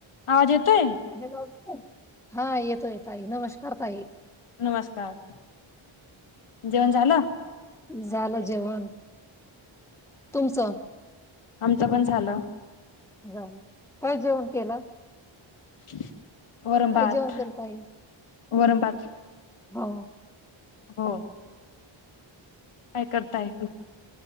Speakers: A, on the left; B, in the centre.
A: आवाज येतोय
B: <unintelligible> हा येतोय ताई नमस्कार ताई.
A: नमस्कार जेवण झालं.
B: झालं जेवण. तुमच
A: आमचं पण झालं
B: जाऊ काय जेवण केलं.
A: <inaudible> वरण
B: काय
A: भात
B: जेवण केलं ताई
A: वरण भात.
B: हो.
A: हो. काय करताय.